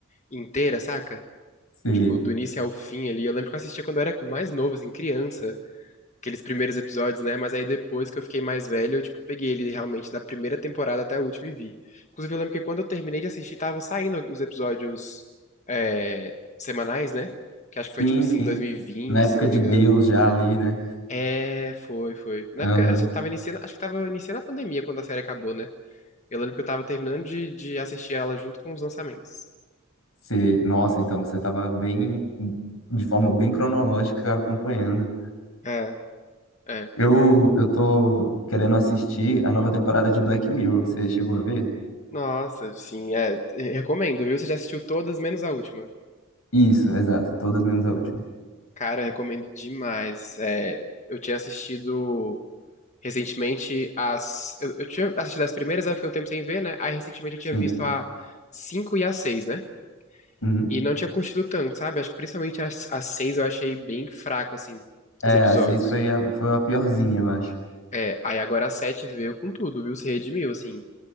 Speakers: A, on the left; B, on the left.
A: inteira, saca?
B: sei.
A: Tipo, do início ao fim ali. Eu lembro que eu assistia quando eu era mais novo, assim, criança. aqueles primeiros episódios, né? Mas aí depois que eu fiquei mais velho, eu, tipo, peguei ele realmente da primeira temporada até a última e vi. Inclusive, eu lembro que quando eu terminei de assistir, tava saindo os episódios é, semanais, né? Que acho
B: Sim,
A: que foi, tipo assim,
B: sim.
A: em 2020,
B: Na época
A: se eu não
B: de
A: me engano.
B: Deus já ali, né?
A: É, foi, foi. Na
B: Aham.
A: época, eu tava iniciando, acho que tava iniciando a pandemia quando a série acabou, né? Eu lembro que eu tava terminando de, de assistir ela junto com os lançamentos.
B: Sei. Nossa, então você tava bem, de forma bem cronológica acompanhando.
A: É, é.
B: Eu, eu tô querendo assistir a nova temporada de Black Mirror. Você chegou a ver?
A: Nossa, sim, é. Recomendo, viu? Você já assistiu todas, menos a última.
B: Isso, exato. Todas menos a última.
A: Cara, eu recomendo demais. É, eu tinha assistido recentemente as. Eu, eu tinha assistido as primeiras, aí eu fiquei um tempo sem ver, né? Aí recentemente eu tinha
B: Sim.
A: visto a 5 e a 6, né?
B: Uhum.
A: E não tinha curtido tanto, sabe? Acho que principalmente as- a 6 eu achei bem fraco, assim,
B: É,
A: os episódios.
B: a seis foi a, foi a piorzinha, eu acho.
A: É, aí agora a 7 veio com tudo, viu? Se redimiu, assim.